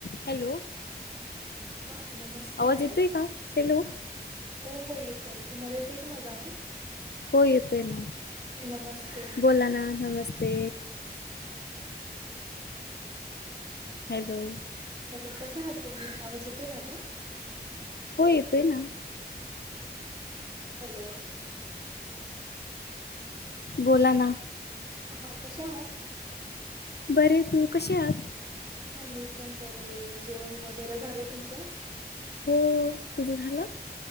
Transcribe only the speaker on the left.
हॅलो
आवाज
येतोय का? हॅलो
हो येत आहे ना
बोला ना नमस्ते हॅलो
हो येतोय ना
बोला ना
बर तू कशी आत
हो तुझं झालं